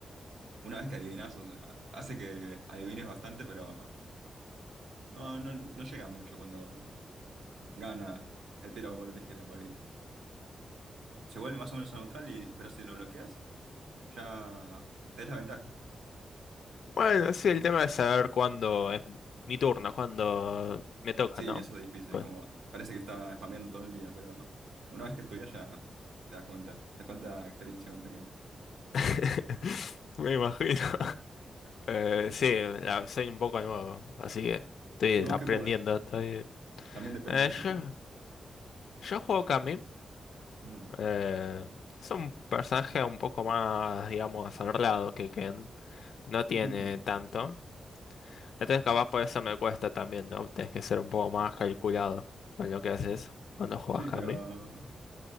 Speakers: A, on the right; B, on the left.
A: una vez que adivinas, o sea, hace que adivines bastante, pero no, no, no llega mucho cuando gana el piedra, papel o tijera por ahí. Se vuelve más o menos neutral, y, pero si lo bloqueas, ya te das la ventaja.
B: Bueno, sí, el tema es saber cuándo es mi turno, cuándo me toca,
A: Sí,
B: ¿no?
A: eso es difícil,
B: Pues.
A: es como, parece que está spameando todo el día, pero una vez que estudias ya te das cuenta, te falta experiencia contra Ken.
B: <laughs> Me imagino. Eh, sí, la- soy un poco nuevo, así que estoy
A: ¿Y vos
B: aprendiendo
A: qué jugás?
B: todavía.
A: También depende
B: Eh,
A: de eso, ¿no?
B: yo, yo juego Kami.
A: Mm.
B: eh, es un personaje un poco más, digamos, honrado que Ken. No tiene
A: <laughs>
B: tanto. Entonces, capaz por eso me cuesta también, ¿no? Tienes que ser un poco más calculado con lo que haces cuando juegas
A: Sí,
B: Kami.
A: pero